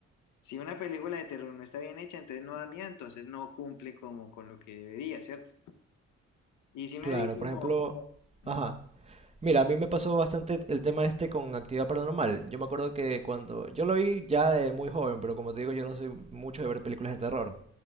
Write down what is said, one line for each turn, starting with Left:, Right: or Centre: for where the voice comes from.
Left: si una película de terror no está bien hecha, entonces no da miedo, entonces no cumple como con lo que debería, ¿cierto? Y sí me
Right: Claro,
Left: vi como,
Right: por ejemplo,
Left: como, mm,
Right: ajá. Mira, a mí me pasó bastante el tema este con actividad paranormal. Yo me acuerdo que cuando yo lo vi ya de muy joven, pero como te digo, yo no soy mucho de ver películas de terror.